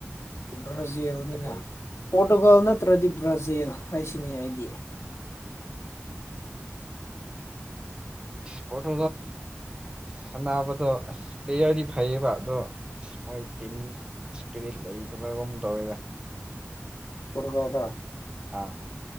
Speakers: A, on the left; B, on the right.
A: ꯕ꯭ꯔꯥꯖꯤꯦꯜꯅꯤꯅ
B: ꯐꯖꯩ
A: ꯄꯣꯔꯇꯨꯒꯥꯜ ꯅꯠꯇ꯭ꯔꯗꯤ ꯕ꯭ꯔꯥꯖꯤꯦꯜ ꯍꯥꯏꯁꯤꯅꯦ ꯑꯩꯗꯤ
B: ꯑ ꯄꯣꯔꯇꯨꯒꯜ ꯁꯥꯟꯅꯕꯗꯣ ꯄ꯭ꯂꯦꯌꯔꯗꯤ ꯐꯩꯌꯦꯕ ꯑꯗꯣ ꯃꯣꯏ ꯇꯤꯝ ꯏꯁꯄꯤꯔꯤꯠ ꯂꯩꯗꯨꯃꯒꯨꯝ ꯇꯧꯋꯦꯗ
A: ꯍꯠꯀꯗ
B: ꯑꯥ